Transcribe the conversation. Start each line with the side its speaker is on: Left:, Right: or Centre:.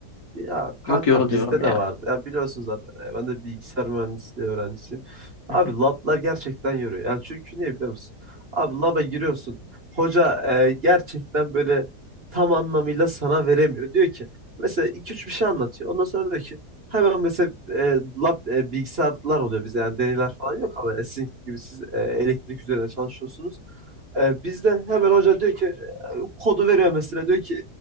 Right: Ya kanka
Left: Çok yoruluyorum
Right: bizde de
Left: ya.
Right: vardı. Ya biliyorsun zaten. e, Ben de bilgisayar mühendisliği öğrencisiyim.
Left: Hı.
Right: Abi
Left: hı,
Right: lablar gerçekten yoruyor. Yani çünkü niye biliyor musun? Abi laba giriyorsun. Hoca e, gerçekten böyle tam anlamıyla sana veremiyor. Diyor ki mesela iki üç bir şey anlatıyor. Ondan sonra diyor ki hemen mesela e, lab e, bilgisayarlar oluyor bize. Yani deneyler falan yok ama e, sizin gibi siz e, elektrik üzerine çalışıyorsunuz. E, bizden hemen hoca diyor ki e, kodu veriyor mesela diyor ki